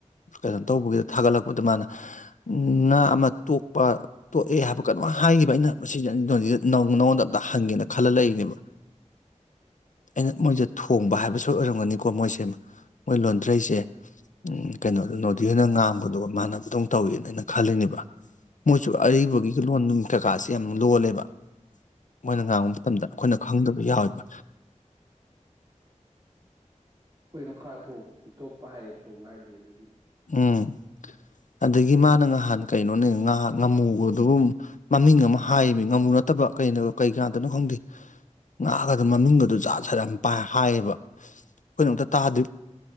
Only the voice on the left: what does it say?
ꯀꯩꯅꯣ ꯇꯧꯕꯒꯤꯗ ꯊꯥꯒꯠꯂꯛꯄꯗꯣ ꯃꯥꯅ ꯉꯥ ꯑꯃ ꯇꯣꯛꯄ ꯇꯣꯛꯑꯦ ꯍꯥꯏꯕ ꯀꯩꯅꯣꯝ ꯍꯥꯏꯈꯤꯕ ꯑꯩꯅ ꯃꯁꯤ ꯑꯅꯤꯒ ꯅ ꯅ ꯅꯉꯣꯟꯗ ꯑꯝꯇ ꯍꯪꯒꯦꯅ ꯈꯜꯂ ꯂꯩ ꯅꯦꯕ ꯑꯩꯅ ꯃꯣꯏꯁꯦ ꯊꯣꯡꯕ ꯍꯥꯏꯕꯁꯨ ꯑꯣꯏꯔꯝꯒꯅꯤꯀꯣ ꯀꯣ ꯃꯣꯏꯁꯦ ꯃꯣꯏ ꯂꯣꯟꯊ꯭ꯔꯩꯁꯦ ꯀꯩꯅꯣꯗ ꯅꯣꯗꯤꯍꯣꯏꯅ ꯉꯥꯡꯕꯗꯨꯒ ꯃꯥꯥꯟꯅ ꯑꯗꯨꯝ ꯇꯧꯋꯦꯅ ꯑꯩꯅ ꯈꯜꯂꯤꯅꯦꯕ ꯃꯣꯏꯁꯨ ꯑꯔꯤꯕꯒꯤ ꯂꯣꯟ ꯅꯨꯡ ꯀꯩꯀꯥꯁꯦ ꯌꯥꯝ ꯂꯣꯜꯂꯦꯕ ꯃꯣꯏꯅ ꯉꯥꯡꯕ ꯃꯇꯝꯗ ꯑꯩꯈꯣꯏꯅ ꯈꯪꯗꯕ ꯌꯥꯎꯋꯦꯕ
ꯎꯝ ꯑꯗꯒꯤ ꯃꯥꯅ ꯅꯍꯥꯟ ꯀꯩꯅꯣꯅꯦ ꯉꯥ ꯉꯥꯃꯨꯒꯗꯨꯕꯨ ꯃꯃꯤꯡ ꯑꯃ ꯍꯥꯏꯌꯦꯃꯤ ꯉꯥꯃꯨ ꯅꯠꯇꯕ ꯀꯩꯅꯣ ꯀꯩꯉꯥꯗꯅꯣ ꯈꯪꯗꯦ ꯉꯥꯒꯗꯣ ꯃꯃꯤꯡꯒꯗꯣ ꯖꯥꯠ ꯖꯥꯠ ꯌꯥꯝ ꯄꯥ ꯍꯥꯏꯌꯦꯕ ꯑꯩꯈꯣꯏꯅꯣꯝꯇ ꯇꯥꯗꯤ